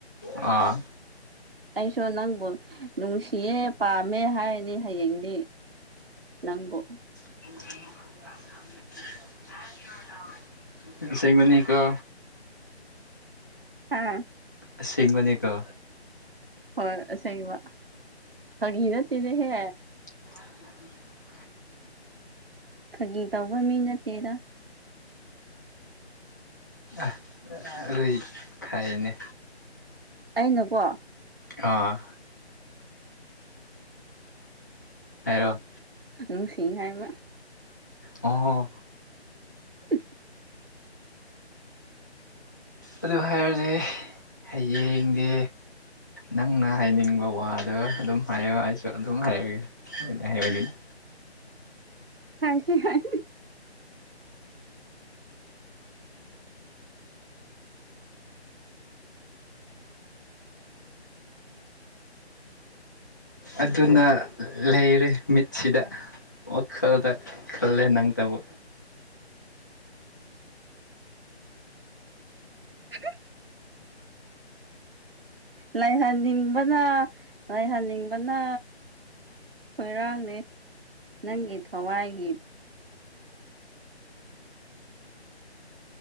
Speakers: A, on the left (about 15°); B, on the right (about 55°).
A: ꯑꯥ
B: ꯑꯩꯁꯨ ꯅꯪꯕꯨ ꯅꯨꯡꯁꯤꯌꯦ ꯄꯥꯝꯃꯦ ꯍꯥꯏꯔꯅꯤ ꯍꯌꯦꯡꯗꯤ ꯅꯪꯕꯨ
A: <inaudible> ꯁꯦꯡꯃꯅꯤ ꯀ
B: ꯑꯥ
A: ꯁꯤꯦꯡꯒꯅꯤ ꯀ
B: ꯍꯣꯏ ꯑꯁꯦꯡꯕ ꯐꯒꯤ ꯅꯠꯇꯦꯅꯦ ꯍꯦ
A: ꯎ ꯎꯝ
B: ꯈꯥꯒꯤ ꯇꯧꯕ ꯃꯤ ꯅꯠꯇꯦꯗ
A: ꯑ ꯑ ꯈꯥꯏꯩꯅ
B: ꯑꯩꯅꯀꯣ
A: ꯑꯥ ꯍꯥꯏꯔꯣ
B: ꯅꯨꯡꯁꯤꯡ ꯍꯥꯏꯕ
A: ꯑꯣꯣ
B: <inaudible>
A: ꯑꯗꯨ ꯍꯥꯏꯔꯁ ꯍꯌꯦꯡꯗꯤ ꯅꯪꯅ ꯍꯥꯏꯅꯤꯡꯕ ꯋꯥꯗꯣ ꯑꯗꯨꯝ ꯍꯥꯏꯌꯣ ꯍꯥꯏꯁꯨ ꯑꯗꯨꯝ ꯍꯥꯏꯔꯒꯦ ꯑꯩꯅ ꯍꯥꯏꯍꯅꯤꯡꯉꯤ
B: ꯍꯥꯏꯁꯤ ꯍꯥꯏ
A: ꯑꯗꯨꯅ ꯂꯩꯔꯦ ꯃꯤꯠꯁꯤꯗ ꯑꯣ ꯈꯜꯗ ꯈꯜꯂꯦ ꯅꯪ ꯇꯕꯣ
B: ꯑꯗꯣ ꯂꯩꯥꯏꯍꯟꯅꯤꯡꯕꯅ ꯂꯩꯥꯏꯍꯟꯅꯤꯡꯕꯅ ꯈꯣꯏꯔꯥꯡꯅꯤ ꯅꯪꯒꯤ ꯊꯋꯥꯏꯒꯤ